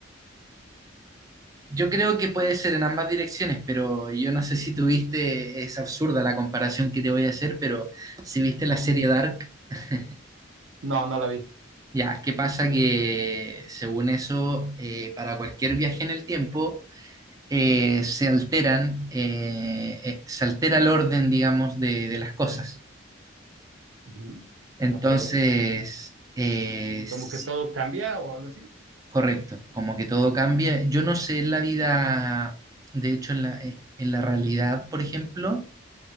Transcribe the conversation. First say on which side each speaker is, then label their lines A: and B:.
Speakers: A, on the right; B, on the right.
A: yo creo que puede ser en ambas direcciones, pero yo no sé si tuviste, es absurda la comparación que te voy a hacer, pero si viste la
B: Ujú.
A: serie Dark. <laughs>
B: No, no la vi.
A: Ya, ¿qué pasa? Que según eso, eh, para cualquier viaje en el tiempo, eh, se alteran, eh, eh, se altera el orden, digamos, de, de las cosas.
B: Ujú.
A: Entonces,
B: Ok.
A: eh, sí,
B: Como que todo cambia o algo así.
A: correcto, como que todo cambia. Yo no sé en la vida, de hecho, en la, eh, en la realidad, por ejemplo,